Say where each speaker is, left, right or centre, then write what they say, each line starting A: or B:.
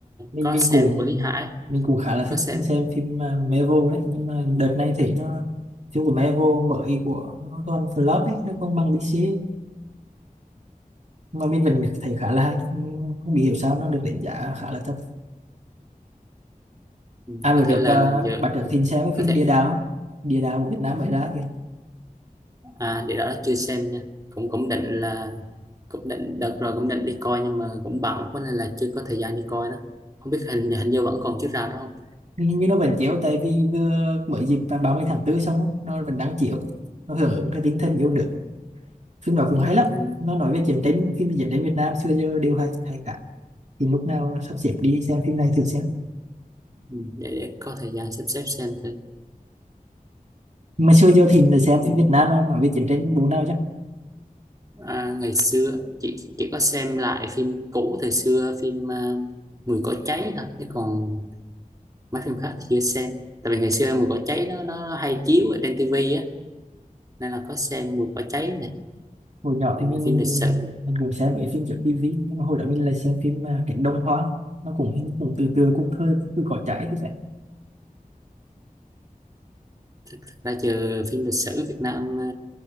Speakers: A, on the right (about 50°); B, on the right (about 25°).
A: mình
B: có
A: mình
B: xem
A: cũng
B: của Lý Hải
A: mình cũng khá là
B: có
A: thích
B: xem
A: xem phim mà Marvel đấy nhưng mà đợt này thấy nó phim của Marvel mới của nó toàn flop ấy nó không bằng DC ấy. mà mình vẫn thấy khá là hay không không bị hiểu sao nó được đánh giá khá là thấp
B: ừm,
A: à bữa
B: có
A: được
B: thể là
A: à,
B: là giờ
A: bạn trước thính xem cái
B: có
A: phim
B: thể
A: Địa Đạo Địa Đạo của Việt Nam mới ra kìa
B: à để đó chưa xem nha cũng cũng định là cũng định đợt rồi cũng định đi coi nhưng mà cũng bận quá nên là chưa có thời gian đi coi đó không biết hình hình như vẫn còn chiếu rạp đó không
A: nhưng hình như nó vẫn chiếu tại vì vừa mới dịp vào 30 tháng 4 xong á, nó vẫn đang chiếu nó hưởng ứng cái tinh thần yêu
B: ừ.
A: nước phim đó cũng
B: Ừ,
A: hay lắm
B: nên
A: nó nói về chiến tranh phim về chiến tranh Việt Nam xưa giờ đều hay hay cả thì lúc nào sắp xếp đi xem phim này thử xem
B: ừ, để, để có thời gian sắp xếp xem thử
A: mà xưa giờ thì mình xem
B: ừ.
A: phim Việt Nam nó nói về chiến tranh bộ nào chứ
B: à, ngày xưa chị chị có xem lại phim cũ thời xưa phim à, Mùi cỏ cháy thôi chứ còn mấy phim khác thì chưa xem tại vì ngày xưa Mùi cỏ cháy nó nó hay chiếu ở trên tivi á nên là có xem Mùi cỏ cháy này
A: hồi nhỏ
B: còn
A: thì mình
B: là
A: mình
B: phim lịch sử
A: mình cũng xem mấy phim trên tivi nhưng mà hồi đó mình lại xem phim à, Cánh Đồng Hoang nó cũng hình cũng từ từ cũng thơ cứ có chảy thì phải
B: thực, thực ra giờ phim lịch sử Việt Nam ờ,